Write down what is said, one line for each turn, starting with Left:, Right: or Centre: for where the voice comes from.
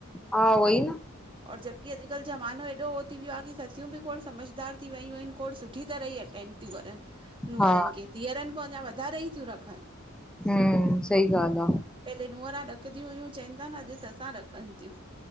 Centre: हा उहोई न
Right: और जबकि अॼु कलु जमानो एॾो हो थी वयो आ कि ससियूं बि खोड़ समझदार थी वयूं आहिनि खोड़ सुठी तरह ही अटेंड थियूं करनि नूंहरनि
Centre: हा
Right: खे, धीअरनि खां अञा वधारे ई थियूं रखनि।
Centre: हम्म सही ॻाल्हि आहे
Right: पहले नुहंरा ॾकदियूं हुयूं चवनि था न अॼु ससां ॾकनि थियूं।